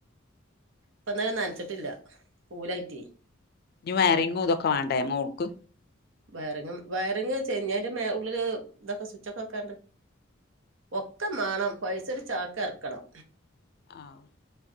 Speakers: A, on the right; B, on the left.
A: പ്പന്ന് നൻച്ചിട്ടില്ല പൂലായിറ്റി.
B: ന് വയറിങ്ങും ഇതൊക്കെ വണ്ട മോൾക്ക്
A: വയറി വയറിങ്ചെ ന്നി അയി ന്റെ ഉള്ളില് ഇതൊക്കെ സ്വിച്ച് ഒക്കെ വെക്കാണ്ട് ഒക്ക മാണം പൈസ ഒരു ചാക് എർക്കണം.
B: ആഹ്.